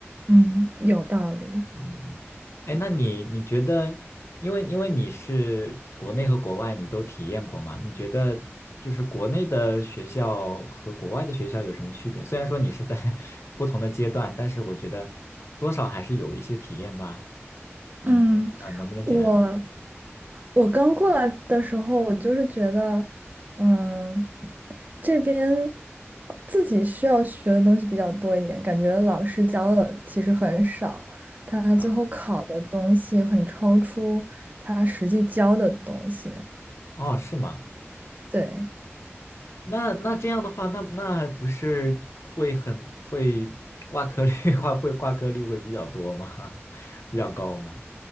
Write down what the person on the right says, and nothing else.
嗯，有道理。
嗯，
我我刚过来的时候，我就是觉得，嗯，这边自己需要学的东西比较多一点，感觉老师教的其实很少，他最后考的东西很超出他实际教的东西。
对。